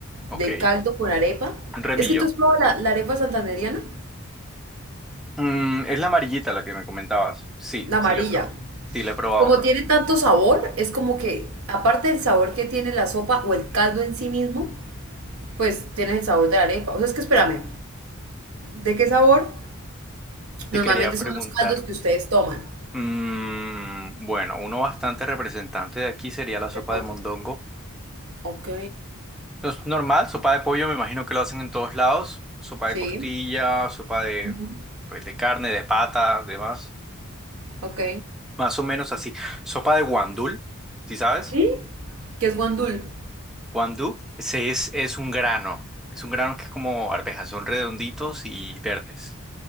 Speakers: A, in the centre; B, on the right.
A: ok,
B: de caldo con arepa.
A: un remillón.
B: Es que tú has probado la, la arepa santandereana,
A: Mm, es la amarillita la que me comentabas. Sí,
B: la
A: sí
B: amarilla.
A: la he probado. Sí la he probado.
B: Como tiene tanto sabor, es como que, aparte del sabor que tiene la sopa o el caldo en sí mismo, pues tienes el sabor de la arepa. O sea, es que espérame, ¿de qué sabor?
A: Te
B: Normalmente
A: quería preguntar,
B: son los caldos que ustedes toman.
A: mm, bueno, uno bastante representante de aquí sería la sopa
B: El mote.
A: de mondongo.
B: Ok,
A: No Es normal, sopa de pollo, me imagino que lo hacen en todos lados. Sopa
B: sí.
A: de costilla, sopa de,
B: Ujú.
A: pues, de carne, de pata, demás.
B: Ok.
A: Más o menos así. Sopa de guandul, ¿sí sabes?
B: ¿Sí? ¿Qué es guandul?
A: Guandú, ese es, es un grano. Es un grano que es como arvejas, son redonditos y verdes.